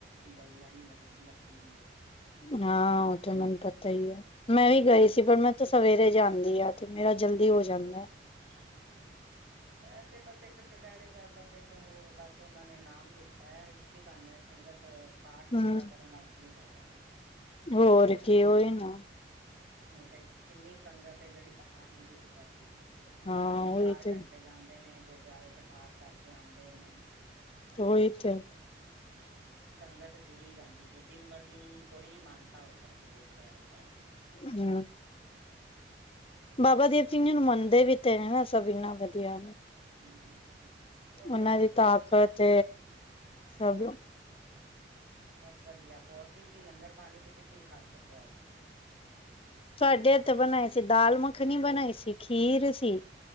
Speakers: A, on the right (about 65°); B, on the left (about 30°).
A: ਲੜੀ ਲ- ਲੱਗੀ ਰਹੀ ਹੈ।
B: ਹਾਂ। ਉਹ ਤੇ ਮੈਨੂੰ ਪਤਾ ਹੀ ਹੈ। ਮੈਂ ਵੀ
A: ਹਮ
B: ਗਈ ਸੀ ਪਰ ਮੈਂ ਤੇ ਸਵੇਰੇ ਜਾਂਦੀ ਆ ਤੇ ਮੇਰਾ ਜਲਦੀ ਹੋ ਜਾਂਦਾ।
A: ਇਹ ਤੇ ਬਸ ਇੱਕ ਚੁ ਚੁਪਹਿਰੇ ਸਾਹਿਬ ਦਾ ਤੇ ਇੱਕ ਉਹ ਬਸ ਉਹਨਾਂ ਨੇ ਏ ਨਾਮ ਦਿੱਤਾ ਹੈ। ਇਸੀ ਬਾਹਨੇ ਸੰਗਤ ਪਾਠ-
B: ਹੂੰ,
A: ਪੂਜਾ ਕਰਨ ਲੱਗ ਗਈ ਏ ਜ਼ਿਆਦਾ
B: ਹੋਰ ਕੀ ਹੋਹੀ ਨਾ।
A: ਨਹੀਂ ਤੇ ਕਿੰਨੀ ਸੰਗਤ ਹੈ। ਜਿਹੜੀ ਪਾਠ ਹੀ ਨਹੀਂ ਸੀ ਕਰਦੀ। ਇਸ
B: ਹਾਂ
A: ਬਾਨੇ ਚਾਰ
B: ਉਹੀ ਤੇ
A: ਘੰਟੇ ਜਾਂਦੇ ਨੇ ਗੁਰਦੁਆਰੇ ਚ ਪਾਠ ਕਰਕੇ ਆਉਂਦੇ ਨੇ।
B: ਉਹੀ ਤੇ
A: <inaudible> ਸੰਗਤ ਜੁੜੀ ਜਾਂਦੀ ਪਈ ਦਿਨ ਬਰ ਦਿਨ ਬੜੀ ਮਾਨਤਾ ਹੋਈ ਜਾਂਦੀ ਪਈ ਚੁਪਹਿਰੇ ਸਾਹਿਬ ਦੀ।
B: ਹਮ। ਬਾਬਾ ਦੀਪ
A: ਉਹ
B: ਸਿੰਘ ਜੀ ਨੂੰ ਮੰਨਦੇ ਵੀ ਤੇ ਸਭ ਇੰਨਾ ਵਧੀਆ।
A: ਹਮ ਉਹ
B: ਉਹਨਾਂ
A: ਤੇ ਹੈ
B: ਦੀ
A: ਹੀ
B: ਤਾਕਤ,
A: ਆ।
B: ਸਭ
A: ਬਸ ਵਧੀਆ ਹੋਰ ਕੀ ਸੀ ਲੰਗਰ ਪਾਣੀ ਤੁਸੀਂ ਕੀ ਖਾ ਸਕੱਕਿਆ। ਉਥੇ ਫਿਰ?
B: ਸਾਡੇ ਏਥੇ ਬਣਾਏ ਸੀ ਦਾਲ- ਮੱਖਣੀ ਬਣਾਈ ਸੀ। ਖੀਰ ਸੀ।